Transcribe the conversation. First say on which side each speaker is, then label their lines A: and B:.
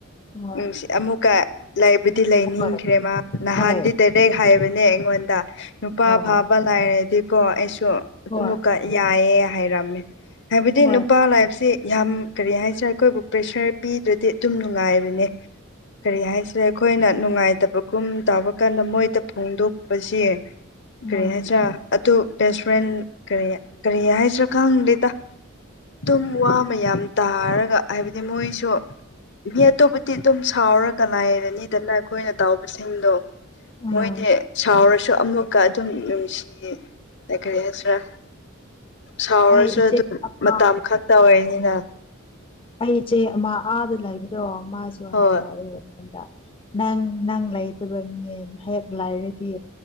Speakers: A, on the left (about 25°); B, on the left (about 60°).
A: ꯍꯣꯏ
B: ꯎꯝ ꯁꯤ ꯑꯃꯨꯛꯀ ꯂꯥꯏꯕꯨꯗꯤ ꯂꯩꯅꯤꯡꯈ꯭ꯔꯦꯃ
A: ꯍꯣꯏ
B: ꯅꯍꯥꯟꯗꯤ
A: ꯍꯣꯏ
B: ꯗꯦꯜꯍꯤ ꯍꯦꯛ ꯍꯥꯏꯕꯅꯦ ꯑꯩꯉꯣꯟꯗ ꯅꯨꯄꯥ
A: ꯑꯣ
B: ꯐꯥꯕ ꯂꯥꯏꯔꯗꯤꯀꯣ ꯑꯩꯁꯨ
A: ꯍꯣꯏ
B: ꯑꯃꯨꯛ ꯀ ꯌꯥꯏꯌꯦ ꯍꯥꯏꯔꯝꯃꯦ ꯍꯥꯏꯕꯗꯤ
A: ꯍꯣꯏ
B: ꯅꯨꯄꯥ ꯂꯩꯕꯁꯦ ꯌꯥꯝ ꯀꯔꯤ ꯍꯥꯏꯁꯤꯔꯥ ꯑꯩꯈꯣꯏꯕꯨ ꯄ꯭ꯔꯦꯁꯔ ꯄꯤꯗ꯭ꯔꯗꯤ ꯑꯗꯨꯝ ꯅꯨꯡꯉꯥꯏꯕꯅꯦ ꯀꯔꯤ ꯍꯥꯏꯁꯤꯔꯥ ꯑꯩꯈꯣꯏꯅ ꯅꯨꯡꯉꯥꯏꯇꯕꯒꯨꯝ ꯇꯧꯕ ꯀꯥꯟꯗ ꯃꯣꯏꯗ ꯐꯣꯡꯗꯣꯛꯄꯁꯤ ꯀꯔꯤ
A: ꯎꯝ
B: ꯍꯥꯏꯁꯤꯔꯥ ꯑꯗꯨ ꯕꯦꯁ ꯐ꯭ꯔꯦꯟ ꯀꯔꯤ ꯀꯔꯤ ꯍꯥꯏꯁꯤ꯭ꯔꯥ ꯈꯪꯗꯦꯗ ꯑꯗꯨꯝ ꯋꯥ ꯃꯌꯥꯝ ꯇꯥꯔꯒ ꯍꯥꯏꯕꯗꯤ ꯃꯣꯏꯁꯨ ꯃꯤ ꯑꯇꯣꯞꯄꯗꯤ ꯑꯗꯨꯝ ꯁꯥꯎꯔꯒ ꯂꯩꯔꯅꯤ ꯑꯗꯨꯅ ꯑꯩꯈꯣꯏꯅ ꯇꯥꯎꯕꯁꯤꯡꯗꯣ
A: ꯎꯝ
B: ꯃꯣꯏꯗꯤ ꯁꯥꯎꯔꯁꯨ ꯑꯃꯨꯛꯀ ꯑꯗꯨꯝ ꯅꯨꯡꯁꯤꯌꯦ ꯑꯩ ꯀꯔꯤ ꯍꯥꯏꯁꯤꯔꯥ ꯁꯥꯎꯔꯁꯨ
A: ꯑꯩ ꯏꯆꯦ
B: ꯑꯗꯨꯝ
A: ꯑꯃ
B: ꯃꯇꯝ ꯈꯛꯇ ꯑꯣꯏꯔꯅꯤꯅ
A: ꯑꯩ ꯏꯆꯦ ꯑꯃ ꯑꯥꯗ ꯂꯩꯕꯗꯣ ꯃꯥꯁꯨ
B: ꯍꯣꯏ
A: ꯍꯥꯏꯔꯛꯑꯦ <unintelligible> ꯅꯪ ꯅꯪ ꯂꯩꯇꯕꯩꯅꯦ ꯍꯦꯛ ꯂꯥꯏꯔꯗꯤ